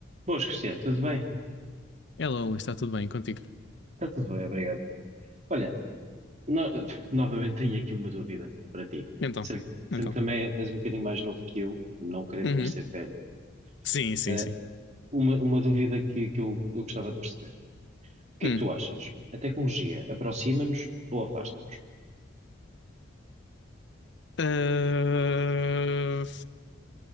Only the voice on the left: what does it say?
Hello, Luís, está tudo bem contigo?
Então,
então.
Uhum.
Sim, sim,
sim.
Hum.
Ah,